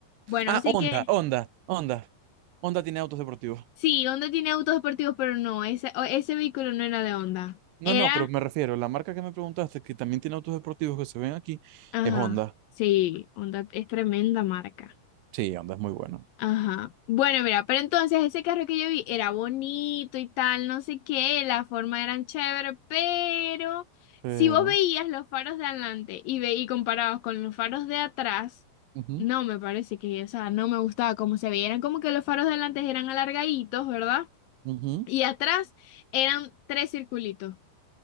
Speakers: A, on the left; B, on the right.
A: Bueno,
B: Ah,
A: así
B: Honda,
A: que
B: Honda, Honda. Honda tiene autos deportivos.
A: sí, Honda tiene autos deportivos, pero no, ese, o- ese vehículo no era de Honda.
B: No,
A: Era...
B: no, pero me refiero, la marca que me preguntaste, que también tiene autos deportivos que se ven aquí,
A: Ajá,
B: es Honda.
A: sí, Honda es tremenda marca.
B: Sí, Honda es muy bueno.
A: Ajá. Bueno, mira, pero entonces ese carro que yo vi era bonito y tal, no sé qué, la forma eran chévere, pero
B: Pero.
A: si vos veías los faros de adelante y, ve y comparados con los faros de atrás,
B: ujú,
A: no me parece que, o sea, no me gustaba cómo se veían, como que los faros de adelante eran alargaditos, ¿verdad?
B: ujú.
A: Y atrás eran tres circulitos.